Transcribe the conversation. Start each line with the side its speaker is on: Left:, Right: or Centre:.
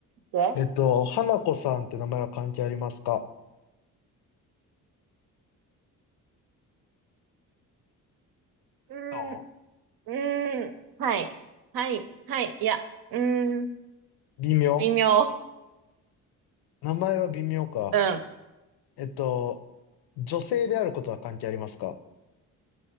Right: うで
Left: ー、えっと、花子さんって名前は関係ありますか
Right: うーん、
Left: ど
Right: うーん、はい。はい、はい、いや、うーん、
Left: う微妙
Right: 微妙。
Left: 名前は微妙か。
Right: うん。
Left: えっと、女性であることは関係ありますか